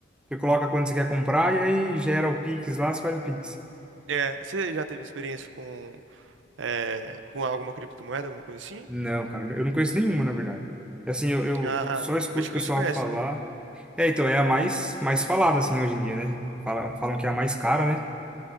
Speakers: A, in the centre; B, on the right.
A: Você coloca quando você quer comprar e aí gera o Pix lá, você faz o Pix.
B: É, você já teve experiência com, é, com alguma criptomoeda, alguma coisa assim?
A: Não, cara, eu não conheço nenhuma, na verdade. Assim, eu, eu
B: Ah,
A: só escuto
B: o Bitcoin
A: o pessoal
B: você conhece,
A: falar.
B: né?
A: É, então, é a mais, mais falada, assim, hoje em dia, né? Falam, falam que é a mais cara, né?